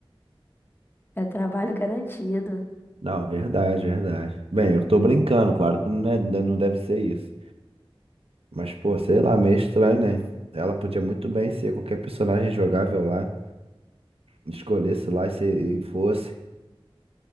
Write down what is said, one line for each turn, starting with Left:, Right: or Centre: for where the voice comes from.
Left: É trabalho garantido.
Right: Não, verdade, verdade. Bem, eu tô brincando, claro que não é- não deve ser isso. Mas, pô, sei lá, meio estranho, né? Ela podia muito bem ser qualquer personagem jogável lá, escolhesse lá e, se- e fosse.